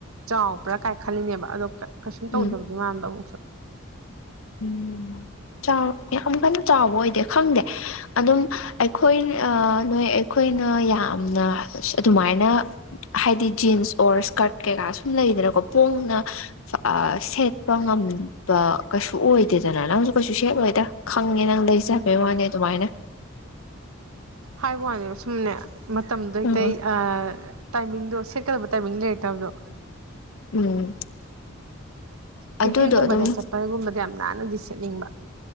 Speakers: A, on the right; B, on the left.
A: ꯆꯥꯎꯕ꯭ꯔꯥ ꯀꯥꯏꯈꯟꯂꯤꯅꯦꯕ ꯑꯗꯣ ꯀꯩꯁꯨꯝ ꯇꯧꯗꯕꯗꯤ
B: ꯎꯝ
A: ꯃꯥꯟꯕ ꯑꯃꯨꯛꯁꯨ
B: ꯎꯝ ꯆꯥꯎ ꯌꯥꯝ ꯀꯟꯅ ꯆꯥꯎꯕ ꯑꯣꯏꯗꯦ ꯈꯪꯗꯦ ꯑꯗꯨꯝ ꯑꯩꯈꯣꯏ ꯑꯥ ꯅꯣꯏ ꯑꯩꯈꯣꯏꯅ ꯌꯥꯝꯅ ꯑꯗꯨꯃꯥꯏꯅ ꯍꯥꯏꯗꯤ ꯖꯤꯟꯁ ꯑꯣꯔ ꯏꯁꯀꯔꯠ ꯀꯩꯀꯥ ꯁꯨꯝ ꯂꯩꯗꯅꯀꯣ ꯄꯣꯡꯅ ꯑꯥ ꯁꯦꯠꯄ ꯉꯝꯕ ꯀꯩꯁꯨ ꯑꯣꯏꯗꯦꯗꯅ ꯅꯪꯁꯨ ꯀꯩꯁꯨ ꯁꯦꯠꯂꯣꯏꯗ ꯈꯪꯉꯦ ꯅꯪ ꯂꯩꯖꯕꯩ
A: ꯎꯝ
B: ꯋꯥꯅꯦ ꯑꯗꯨꯃꯥꯏꯅ
A: ꯍꯥꯏꯕ ꯋꯥꯅꯦꯕ ꯁꯨꯝꯅꯦ ꯃꯇꯝꯗꯣ ꯑꯇꯩ
B: ꯎꯝ
A: ꯑꯥ ꯇꯥꯏꯃꯤꯡꯗꯣ ꯁꯦꯠꯀꯗꯧꯕ ꯇꯥꯏꯃꯤꯡ ꯂꯩꯔ ꯇꯕꯗꯣ
B: ꯎꯝ
A: ꯀꯦꯐꯦꯒꯨꯝꯕꯗ
B: ꯑꯗꯨꯗꯣ ꯑꯗꯨꯝ
A: ꯆꯠꯄꯒꯨꯝꯕꯗ ꯌꯥꯝ ꯅꯥꯟꯅꯗꯤ ꯁꯦꯠꯅꯤꯡꯕ